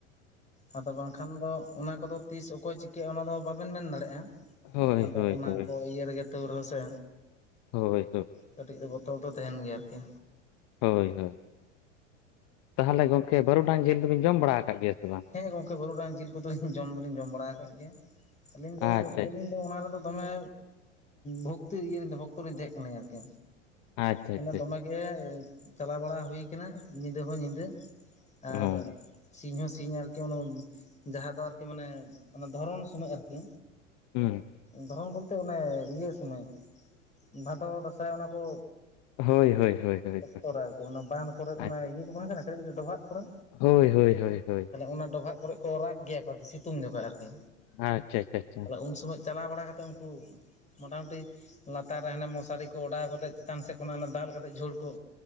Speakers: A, on the left; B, on the left.
A: ᱟᱫᱚ ᱵᱟᱝᱠᱷᱟᱱ ᱫᱚ ᱚᱱᱟ ᱠᱚᱫᱚ ᱛᱤᱥ ᱚᱠᱚᱭ ᱪᱤᱠᱟᱹᱜᱼᱟ ᱚᱱᱟᱫᱚ ᱵᱟᱵᱮᱱ ᱢᱮᱱ ᱫᱟᱲᱮᱭᱟᱜᱼᱟ᱾
B: ᱦᱳᱭ
A: ᱟᱫᱚ
B: ᱦᱳᱭ
A: ᱚᱱᱟ
B: ᱦᱳᱭ
A: ᱠᱚ ᱤᱭᱟᱹ ᱨᱮᱜᱮ ᱛᱩᱫ ᱨᱚᱦᱚ ᱥᱮ᱾
B: ᱦᱳᱭ ᱦᱳᱭ᱾
A: ᱠᱟᱹᱴᱤᱡ ᱫᱚ ᱵᱚᱛᱚᱨ ᱫᱚ ᱛᱟᱦᱮᱱ ᱜᱮᱭᱟ ᱟᱨ ᱠᱤ?
B: ᱦᱳᱭ ᱦᱳᱭ ᱛᱟᱦᱚᱞᱮ ᱜᱚᱢᱠᱮ ᱵᱟᱹᱨᱩᱰᱟᱝ ᱡᱤᱞ ᱫᱚ ᱵᱮᱱ ᱡᱚᱢ ᱵᱟᱲᱟ ᱟᱠᱟᱫ ᱜᱮᱭᱟ? ᱥᱮ ᱵᱟᱝ?
A: ᱦᱮᱸ ᱜᱚᱢᱠᱮ ᱵᱟᱹᱨᱩᱵᱟᱝ ᱡᱤᱞ ᱠᱚᱫᱚᱧ ᱡᱚᱢ ᱫᱚᱞᱤᱧ ᱡᱚᱢ ᱵᱟᱲᱟ ᱟᱠᱟᱫ ᱜᱮᱭᱟ᱾ ᱟᱹᱞᱤᱧ ᱫᱚ
B: ᱟᱪᱪᱷᱟ
A: ᱢᱤᱫ ᱠᱚᱞᱤᱧ᱾ ᱚᱱᱟ ᱨᱮᱫᱚ ᱫᱚᱢᱮ ᱵᱷᱚᱠᱛᱤ ᱤᱭᱟᱹ ᱵᱷᱚᱠᱛᱚ ᱨᱮᱧ ᱫᱮᱡ ᱠᱟᱱᱟᱧ ᱟᱨᱠᱤ᱾
B: ᱟᱪᱪᱷᱟ
A: ᱢᱟᱱᱮ
B: ᱟᱪᱪᱷᱟ
A: ᱫᱚᱢᱮ ᱜᱮ ᱪᱟᱞᱟᱣ ᱵᱟᱲᱟ ᱦᱩᱭ ᱠᱟᱱᱟ ᱧᱤᱫᱟᱹ ᱦᱚᱸ ᱧᱤᱫᱟᱹ᱾ ᱟᱨ
B: ᱦᱚᱸ
A: ᱥᱤᱧ ᱦᱚᱸ ᱥᱤᱧ᱾ ᱥᱤᱧ ᱟᱨᱠᱤ ᱚᱱᱟ ᱡᱟᱦᱟᱸ ᱫᱚ ᱟᱨᱠᱤ ᱢᱟᱱᱮ ᱚᱱᱟ ᱫᱷᱚᱨᱚᱱ ᱥᱚᱢᱚᱭ ᱟᱨᱠᱤ?
B: ᱦᱩᱸ᱾
A: ᱫᱷᱚᱨᱚᱱ ᱵᱚᱞᱛᱮ ᱚᱱᱮ ᱤᱭᱟᱹ ᱥᱩᱢᱟᱹᱭ ᱵᱷᱟᱫᱚᱨ ᱫᱟᱸᱥᱟᱭ ᱚᱱᱟᱠᱚ᱾
B: ᱦᱳᱭ ᱦᱳᱭ ᱦᱳᱭ ᱦᱳᱭ
A: ᱚᱠᱛᱚ ᱨᱮ ᱟᱨᱠᱤ ᱵᱟᱸᱫᱷ ᱠᱚᱨᱮ ᱚᱱᱟ
B: ᱟᱪᱪᱷᱟ
A: ᱤᱭᱟᱹ ᱠᱚ ᱵᱟᱝᱠᱟᱱᱟ ᱠᱟᱹᱴᱤᱡ ᱠᱟᱹᱴᱤᱡ ᱰᱚᱵᱷᱟᱜ ᱠᱚᱨᱮ᱾
B: ᱦᱳᱭ ᱦᱳᱭ ᱦᱳᱭ ᱦᱳᱭ᱾
A: ᱚᱱᱟ ᱰᱚᱵᱷᱟᱜ ᱠᱚᱨᱮ ᱠᱚ ᱨᱟᱜ ᱜᱮᱭᱟ ᱠᱚ ᱟᱨᱠᱤ ᱥᱤᱛᱩᱝ ᱡᱚᱠᱷᱟᱡ ᱟᱨᱠᱤ
B: ᱟᱪᱪᱷᱟ ᱟᱪᱪᱷᱟ ᱟᱪᱪᱷᱟ
A: ᱟᱫᱚ ᱩᱱ ᱥᱚᱢᱚᱭ᱾ ᱪᱟᱞᱟᱣ ᱵᱟᱲᱟ ᱠᱟᱛᱮᱫ ᱩᱱᱠᱩ᱾ ᱢᱩᱴᱟᱢᱩᱴᱤ ᱞᱟᱛᱟᱨ ᱨᱮ ᱦᱟᱱᱮ ᱢᱚᱥᱟᱨᱤ ᱠᱚ ᱚᱰᱟᱣ ᱠᱟᱛᱮᱫ ᱪᱮᱛᱟᱱ ᱥᱮᱫ ᱠᱷᱚᱱᱟᱜ ᱫᱟᱞ ᱠᱟᱛᱮᱫ ᱡᱷᱩᱲ ᱠᱚ᱾